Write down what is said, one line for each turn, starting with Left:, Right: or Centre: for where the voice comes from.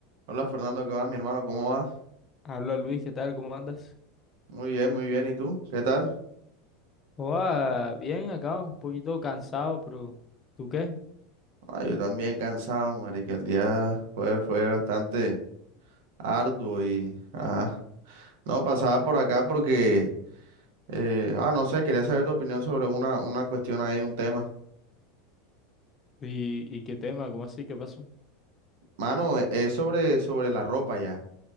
Right: Hola Fernando, ¿qué vas, mi hermano? ¿Cómo vas?
Left: Habla Luis, ¿qué tal? ¿Cómo andas?
Right: Muy bien, muy bien. ¿Y tú? ¿Qué tal?
Left: Hola, bien acá, un poquito cansado, pero ¿tú qué?
Right: Ah, yo también cansado, marica. El día fue, fue bastante arduo y... Ajá. No, pasaba por acá porque... eh, ah, no sé, quería saber tu opinión sobre una, una cuestión ahí, un tema.
Left: ¿Y, y qué tema? ¿Cómo así? ¿Qué pasó?
Right: Mano, e- es sobre, sobre la ropa ya.